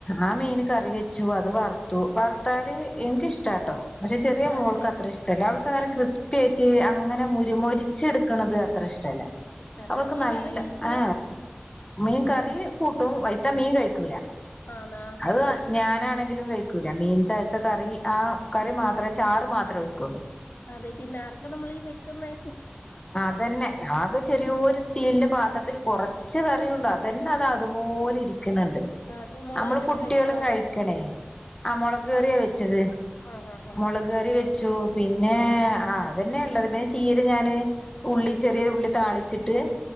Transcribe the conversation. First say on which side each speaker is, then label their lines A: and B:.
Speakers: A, on the left (about 20°); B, on the left (about 55°).
A: ആ മീന് കറി വെച്ചു അത് വറുത്തു വറുത്താല് എനിക്കിഷ്ടാട്ടോ പക്ഷെ ചെറിയ
B: ആണല്ലേ
A: മോൾക്ക് അത്ര ഇഷ്ടല്ല അവൾക്ക് അങ്ങന ക്രിസ് പ്പി ആയിട്ട് അങ്ങനെ മുര് മൊരിച്ചെടുക്കണത് അത്ര ഇഷ് ട്ടല്ല
B: ഇഷ്ടല്ല
A: അവൾക്ക്
B: മീൻ
A: നല്ല
B: കറി കഴിക്കോ
A: ആ മീൻ കറി കൂ <unintelligible> ത്ത മീൻ കഴിക്കൂല
B: ആഹാ ആന്നാ
A: അത്
B: ആഹാ
A: ആ ഞാനാണെങ്കിലു രും വെയ്ക്കൂല മീൻത്തെഴത്ത കറി ആ കറി മാത്രെ ചാറ് മാത്രെ ഒഴിക്കുള്ളൂ
B: അതെ പിന്നാർക്ക നമ്മളി വെക്കുന്നെ
A: അതന്നെ ആകെ ചെറിയോരു സ് സ്റ്റീലിന്റെ പാത്രത്തിൽ കൊറച്ച് കറിയൊള്ളു അതന്നെ അത് അതുപോലെ ഇരി ക്കണ്‌ണ്ട്
B: അതെ മുളക്
A: നമ്മള്
B: കറി
A: കുട്ടികള്
B: വെച്ചോ
A: കഴിക്കണേ ആഹ് മൊളക് കയറിയാ
B: അതെ
A: വെച്ചത്
B: ആഹ് ആഹ് ആഹ്
A: മൊളക് കറി വെ ച്ചു പിന്നെ ആഹ് അത്ന്നെ ഒള്ളത് പിന്നെ ചീര ഞാന് ഉള്ളി ചെറിയ ഉള്ളി താളിച്ചിട്ട്